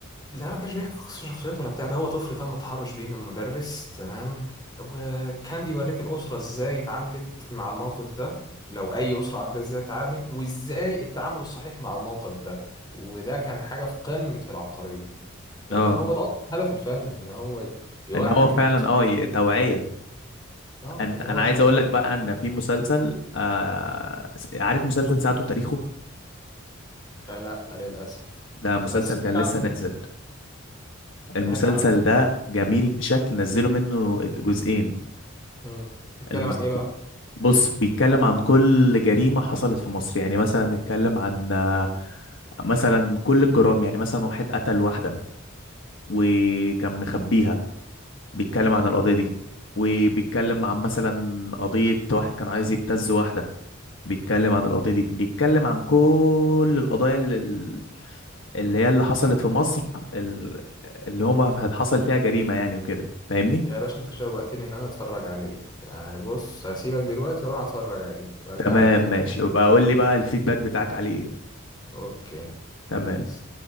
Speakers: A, on the left; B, on the left.
A: لا ما كانش بيحكي قصة شخصيته ولا بتاع ده هو طفل تم التحرش بيه من مدرس تمام وكان بيوريك الأسرة ازاي اتعاملت مع الموقف ده لو أي أسرة عندها ازاي تتعامل وازاي التعامل الصحيح مع الموقف ده وده كان حاجة في قمة العبقرية تمام
B: اه
A: هو ده أصلا هدف الفن إن هو يوعي
B: ان هو
A: الناس
B: فعلا اه ي- توعية
A: اه
B: انت
A: إن
B: انا
A: هو يوعي
B: عايز اقول
A: الناس
B: لك
A: بقضايا
B: بقى ان في مسلسل آه س- عارف مسلسل ساعته تاريخه
A: لا للأسف
B: ده مسلسل
A: بس سمعت
B: كان
A: عنه
B: لسه نازل المسلسل
A: سمعت عنه سمعت
B: ده
A: عنه
B: جميل بشكل نزلوا منه جزئين
A: مم. بيتكلم
B: المس...
A: عن إيه بقى؟
B: بص بيتكلم عن كل جريمة حصلت في مصر يعني مثلا نتكلم عن آه، مثلا كل الجرائم يعني مثلا واحد قتل واحدة وكان مخبيها بيتكلم عن القضية دي وبيتكلم عن مثلا قضية واحد كان عايز يبتز واحدة بيتكلم عن القضية دي بيتكلم عن كل القضايا اللي, اللي هي اللي حصلت في مصر ال- اللي هما حصل فيها جريمة يعني وكده فاهمني؟
A: يا باشا انت شوقتني ان انا اتفرج عليه يعني بص هسيبك دلوقتي واروح اتفرج عليه وارجع
B: تمام
A: لك تاني
B: ماشي يبقى قول لي بقى الفيدباك بتاعك عليه ايه
A: اوكي
B: تمام
A: بيس